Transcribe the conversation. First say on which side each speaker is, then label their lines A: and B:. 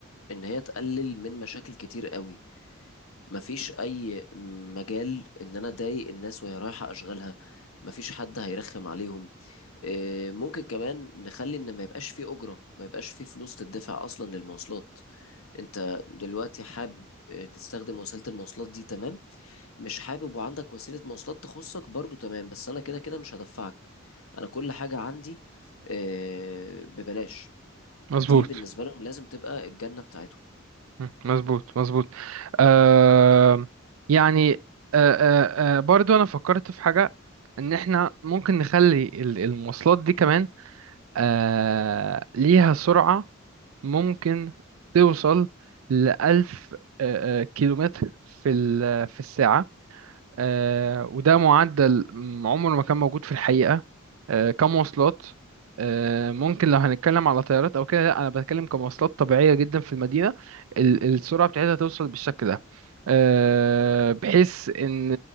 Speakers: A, on the left; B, on the right.
A: ان هي تقلل من مشاكل كتير قوي مفيش اي مجال ان انا اضايق الناس وهي رايحة اشغالها مفيش حد هيرخم عليهم آه، ممكن كمان نخلي ان ما يبقاش فيه اجرة ما يبقاش فيه فلوس تدفع اصلا للمواصلات انت دلوقتي حابب آه، تستخدم وسيلة المواصلات دي تمام مش حابب وعندك وسيلة مواصلات تخصك برضو تمام بس أنا كده كده مش هدفعك أنا كل حاجة عندي آه، ببلاش
B: مظبوط
A: دي بالنسبة لهم لازم تبقى الجنة بتاعتهم
B: مم. مظبوط مظبوط آه يعني آه آه آه برضو انا فكرت في حاجة ان احنا ممكن نخلي ال- المواصلات دي كمان آه ليها سرعة ممكن توصل لألف آه، آه، كيلومتر في ال- في الساعة آه، وده معدل م- عمره ما كان موجود في الحقيقة آه، كمواصلات آه، ممكن لو هنتكلم على طيارات أو كده لأ أنا بتكلم كمواصلات طبيعية جدا في المدينة ال- السرعة بتاعتها توصل بالشكل ده آه، بحيث إن